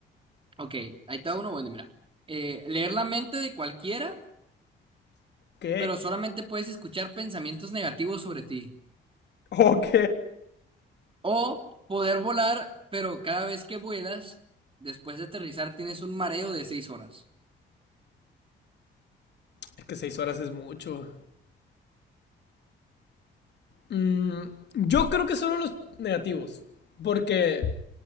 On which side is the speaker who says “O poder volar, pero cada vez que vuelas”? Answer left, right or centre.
Right